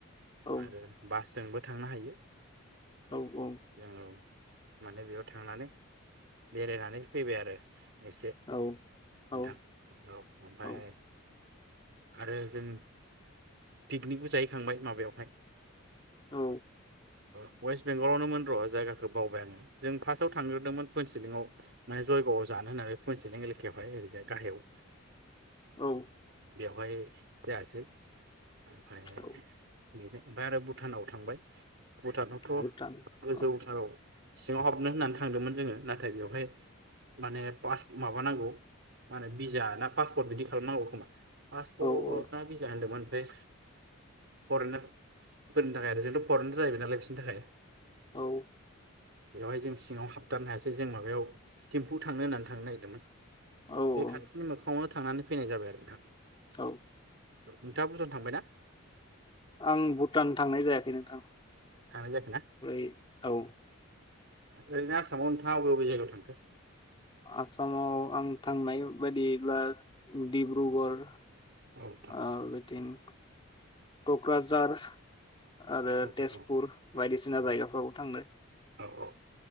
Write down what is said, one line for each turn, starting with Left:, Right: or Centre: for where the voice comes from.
Left: औ
Right: आरो बासजोंबो थांनो हायो।
Left: औ औ
Right: जोङो औ माने बेयाव थांनानै बेरायनानै फैबाय आरो एसे
Left: औ
Right: नोंथां
Left: औ
Right: औ ओमफाय
Left: औ
Right: आरो जों पिकनिकबो जाहैखांबाय माबायाव हाय
Left: औ
Right: अवेस्ट बेंगलावनोमोन रजायगाखौ बावबाय आङो जों फास्टआव थांग्रोदोंमोन पनसिलिंआव माने जयगावआव जानो होननानै पनसिलिं एलेकायावहाय ओरैजाय गाहायाव
Left: औ
Right: बेवहाय जायासै ओमफाय
Left: औ
Right: बिनि ओमफाय आरो भुटानाव थांबाय भुटानावथ
Left: भुटान
Right: गोजौथाराव
Left: औ
Right: सिङाव हाबनो होननानै थांदोंमोन जोङो नाथाय बेवहाय माने पास माबानांगौ माने बिजा ना पासपट बिदि खालामनांगौ खोमा पासपट
Left: औ औ
Right: ना बिजा होनदोंमोन ओमफ्राय फरेनार फोरनि थाखाय आरो जोंथ फरेनार जाहैबाय नालाय बिसोरनि थाखाय
Left: औ
Right: बेवहाय जों सिङाव हाबथारनो हायासै जों माबायाव थिम्फु थांनो होननानै थांनो नागिरदोंमोन।
Left: औ
Right: बे खाथिनि मोखाङावनो था थांनानै फैनाय जाबाय आरो नोंथां।
Left: औ
Right: औ नोंथाङा भुटान थांबाय ना?
Left: आं भुटान थांनाय जायाखै नोंथां।
Right: थांनाय जाखो ना
Left: बेै औ
Right: ओरैनो आसामाव नोंथाङा अबे अबे जायगायाव थांखो?
Left: आसामाव आं थांनाय बायदियैब्ला डिब्रुगर
Right: औ नोंथां
Left: ओ बेथिं कक्राझार आरो
Right: क'क्राझार
Left: तेजपुर
Right: औ
Left: बायदिसिना
Right: औ
Left: जायगाफ्रावबो थांदो।
Right: औ औ